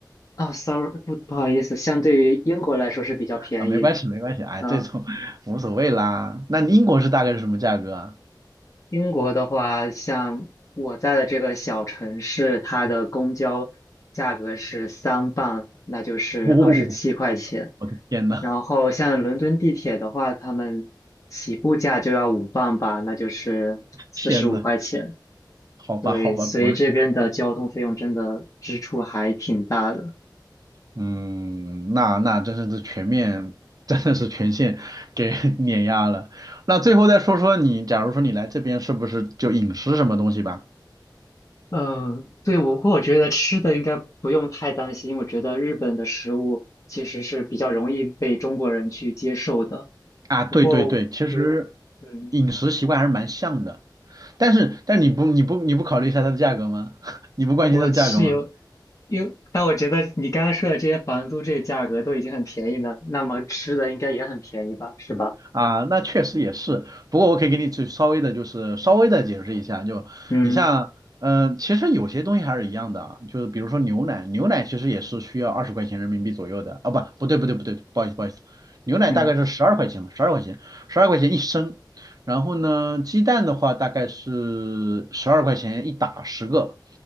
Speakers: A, on the left; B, on the right.
A: 啊，sorry，不不好意思，相对于英国来说是比较便宜的。
B: 啊，没关系，没关系，哎，
A: 嗯，
B: 这种无所谓啦。那英国是大概是什么价格啊？
A: 英国的话，像我在的这个小城市，它的公交价格是三磅，那就是二十七块钱。
B: 哦，我的天呐，
A: 然后像伦敦地铁的话，他们起步价就要五磅吧，那就是四十五块钱。
B: 天呐，好吧，
A: 对，
B: 好吧，
A: 所以这边的交通费用真的支出还挺大的。
B: 果然。嗯，那那真是这全面，真的是全线给 <laughs> 碾压了。那最后再说说你，假如说你来这边是不是就饮食什么东西吧？
A: 嗯，对，我不过我觉得吃的应该不用太担心。我觉得日本的食物其实是比较容易被中国人去接受的。
B: 啊，对对对，
A: 不过，
B: 其实
A: 对，嗯，
B: 饮食习惯还是蛮像的，但是但你不你不你不考虑一下它的价格吗？<laughs> 你不关心它的价格吗？
A: 我是有，因为但我觉得你刚刚说的这些房租这些价格都已经很便宜了，那么吃的应该也很便宜吧，是吧？
B: 啊，那确实也是。不过我可以给你只稍微的，就是稍微的解释一下。就你像，
A: 嗯
B: 嗯、其实有些东西还是一样的啊。就是比如说牛奶，牛奶其实也是需要二十块钱人民币左右的。啊，不，不对，不对，不对，不好意思，不好意思，牛奶大概是十二块钱嘛，
A: 嗯，
B: 十二块钱，十二块钱一升。然后呢，鸡蛋的话大概是十二块钱一打十个。